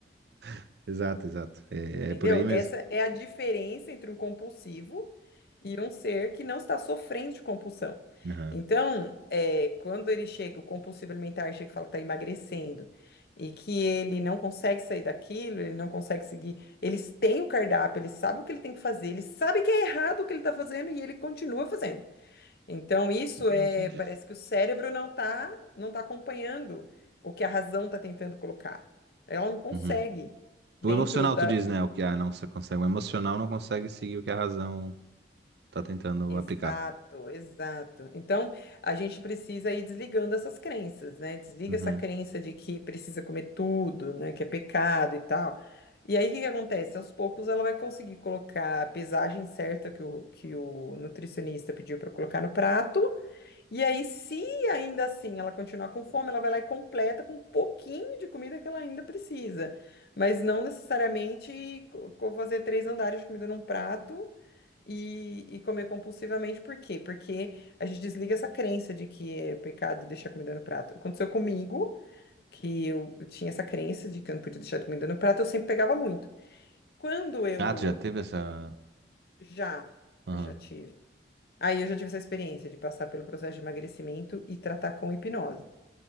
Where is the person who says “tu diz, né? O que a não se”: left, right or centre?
Right